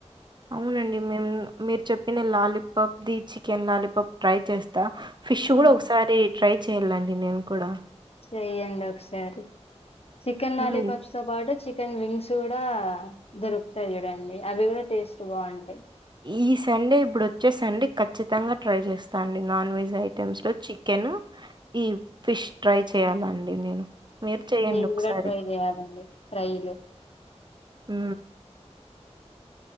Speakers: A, on the right; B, on the left.
A: అవునండి మేము మీరు చెప్పిన లాలీపాప్ ది చికెన్ లాలీపాప్ ట్రై చేస్తాం ఫిష్
B: ఉమ్
A: కూడా ఒకసారి ట్రై చెయాలండి నేను కూడా
B: చెయ్యండి ఒకసారి చికెన్ లాలీపాప్స్
A: హ్మ్.
B: తో పాటు చె చికెన్ రింగ్స్ కూడా దొరుకుతాయి చూడండి అవి కూడా టేస్ట్ బాగుంటాయి
A: ఈ సండే ఇప్పుడు వచ్చే సండే ఖచ్చితంగా ట్రై చేస్తాండి నాన్ వెజ్ ఐటెమ్స్ లో చికెన్ ఈ ఫిష్ ట్రై చేయాలండి నేను. మీరు చేయండొకసారి.
B: నేను కూడా ట్రై చేయాలండి ట్రైలు
A: ఉ